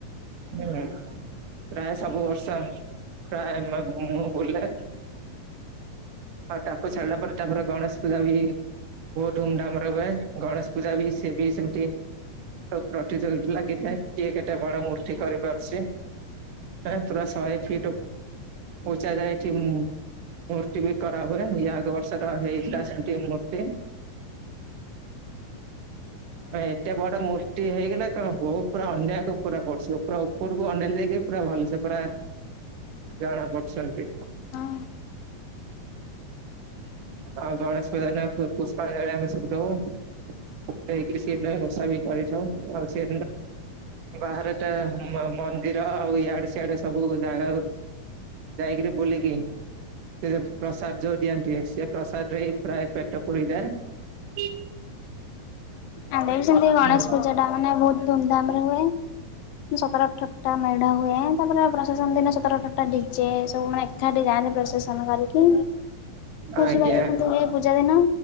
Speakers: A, on the right; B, on the left.
A: ହୁଁ। ପ୍ରାୟ ସବୁ ବର୍ଷ ପ୍ରାୟ ମୁଁ ବୁଲେ। ଆଉ ତାକୁ ଛାଡିଲା ପରେ ତାପରେ ଗଣେଶ ପୂଜା ବି ବହୁତ ଧୁମଧାମରେ ହୁଏ। ଗଣେଶ ପୂଜା ବି ସେ ବି ସେମତି। ସବୁ ପ୍ରତିଯୋଗିତା ଲାଗିଥାଏ କିଏ କେତେ ବଡ ମୂର୍ତ୍ତି କରିପାରୁଚି। ଏ ପୁରା ଶହେ ଫିଟ୍ ଓ <unintelligible> ମୂର୍ତ୍ତି ବି କରାହୁଏ। ଇଏ ଆଗ ବର୍ଷର ହେଇଥିଲା ସେଠି ମୂର୍ତ୍ତି। ଏତେ ବଡ ମୂର୍ତ୍ତି ହେଇଗଲା କଣ ବହୁ ପୁରା ଅନ୍ୟାକୁ ପୁରା ପଦୁଚି ପୁରା ଉପରକୁ ଅନେଇଲେ ଯାଇକି ପୁରା ଭଲସେ ପୁରା ଜଣା ପଡ୍ ଛନ୍ତି।
B: ହଁ।
A: ଆଉ ଗଣେଶ ପୂଜାରେ ପୁଷ୍ପାଞ୍ଜଳି ଆମେ ସବୁ ଦଉ। <unintelligible> ବ୍ୟବସ୍ଥା ବି କରିଥାଉ ଆଉ ସେ ବାହାରାରେଟ ମନ୍ଦିର ଆଉ ଇଆଡେ ସିଆଡେ ସବୁ ଜାଗାକୁ ଯାଇକରି ବୁଲିକି ସେ ଯୋଉ ପ୍ରସାଦ ଯୋଉ ଦିଅନ୍ତି ସେ ପ୍ରସାଦ ରେ ପ୍ରାୟ ପେଟ ପୁରୀ ଯାଏ।
B: ଆମେ ବି ସେମିତି ଗଣେଶ
A: ହୁଁ
B: ପୂଜା ଟା ମାନେ ବହୁତ ଧୁମଧାମ ରେ ହୁଏ। ସତର ଅଠରଟା ମେଢ ହୁଏ, ତାପରେ ପ୍ରସେସନ ଦିନ ସତର ଅଠରଟା ଡି ଯେ ସବୁ ମାନେ ଏକାଠି ଯାଆନ୍ତି ପ୍ରସେସନ କରିକି, ବୁଝି
A: ଆଜ୍ଞା
B: ପାରୁଥିବ କେମିତି ହୁଏ। ପୂଜା ଦିନ